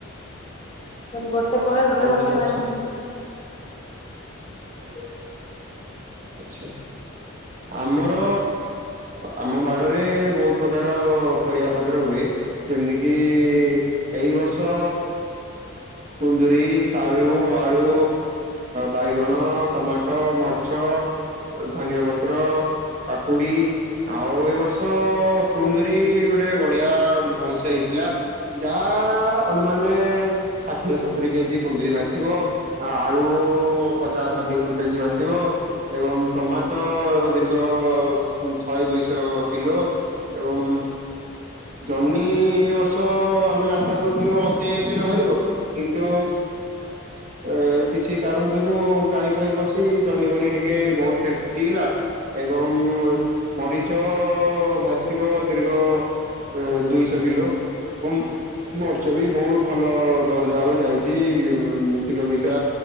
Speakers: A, on the left; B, on the right.
A: ଗୋଟେ ପରେ ଗୋଟେ
B: ଆଚ୍ଛା
A: ଗୋଟେ
B: ଆଚ୍ଛା
A: ମାଟିରେ। <unintelligible>
B: ଆଛା। ଆମର ଆମ ବାଡରେ ବହୁତ ପ୍ରକାର ପରିବା ପତ୍ର ହୁଏ। ଯେମିତିକିି ଏଇ ବର୍ଷ କୁନ୍ଦୁରୀ ଶାଳୁ ଆଳୁ ବାଇଗଣ, ଟମାଟୋ, ମର୍ଚ ଧନିଆ ପତ୍ର କାକୁଡି। ଆଉ ଏଇ ବର୍ଷ କୁନ୍ଦରିୀ ଗୋଟେ ବଢିଆ ଭଲସେ ହେଇଥିଲା ଯାହା ଅନୁମାନ ଷାଠିଏ ସତୁରିୀ କେଜି କୁନ୍ଦୁରୀ ଭାରି ଥିବା। ଆଳୁ ପଚାଶ ଷାଠିଏ କେଜି ବାରିଥିବ। ଏବଂ ଟମାଟ ଦୀର୍ଘ ଶହେ ଦୁଇଶହ କିଲୋ। ଏବଂ ଜନ୍ମି ଓ ତ ଆମେ ଆଶା କରୁଥିଲୁ ଅଶୀ କିଲୋ ବାହାରିବ କିନ୍ତୁ ଏ କିଛି କାରଣ ଯୋଗୁ ଗାଈ ଫାଇ ପଶି ଜହନି ଭନି ଟିକେ ବହୁତ କ୍ଷତିତିଇଗଲା ଏବଂ ବଣିଚ ବାହାରିଥିବ ଦୀର୍ଘ ଅ ଦୁଇଶହ କିଲୋ ଏବଂ ମର୍ଚ ବି ବହୁତ ଭଲ ଦରଦାମ୍ ରେ ଯାଇଛି କିଲୋ ବିସା